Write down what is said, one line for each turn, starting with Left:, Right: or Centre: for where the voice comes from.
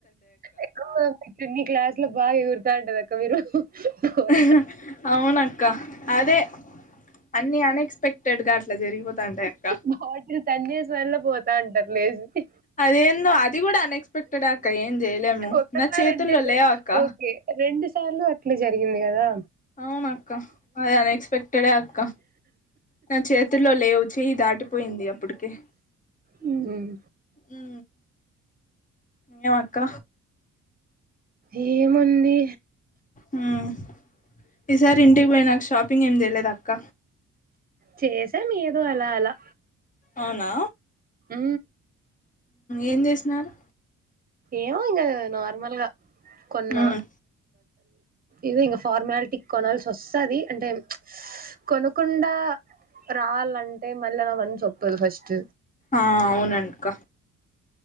Right: ఎకు క్లాస్ లో బాగా ఎగురు చాడ్ దక్క మీరు పోతా
Left: హా అవునా అదే అన్ని అన్ ఎక్స్పెక్టెడ్ గా అట్లా జరిగిపోతాంటయ్ అక్క
Right: బాటిల్ తన్నేసి వల్ల పోతా ఉంటారు లేసి
Left: అదేందో అది కూడా అన్ఎక్స్పెక్టెడే అక్క ఏం చేయలేము
Right: ఒకసారి
Left: నా చేతుల్లో
Right: అంటే
Left: లేవు అక్క
Right: ఓకే రెండు సార్లు అట్లే జరిగింది కదా
Left: అవున అక్క అది అన్ఎక్స్పెక్టెడ్ అక్క నా చేతుల్లో లేవు చెయ్యి దాటిపోయింది అబ్బటికే
Right: హ్మ్
Left: ఆ ఇంకేం అక్క
Right: <inaudible> ఏముంది
Left: ఉమ్ ఈసారి ఇంటికి పోయి నాకు షాపింగ్ ఏం చెయ్యలేదా అక్క
Right: చేశాం ఏదో అలా అలా
Left: అవునా
Right: ఊ
Left: ఏం చేసినారు
Right: ఏమో ఇంకా నార్మల్గా కొన్నా
Left: ఉమ్
Right: ఇదే ఇంకా ఫార్మాలిటీ కొనాల్సి వస్తుంది అంటే కొనకుండా రావాలంటే మళ్ళీ నా మనసు ఒప్పుకోదు ఫస్ట్
Left: ఆ అవును అక్క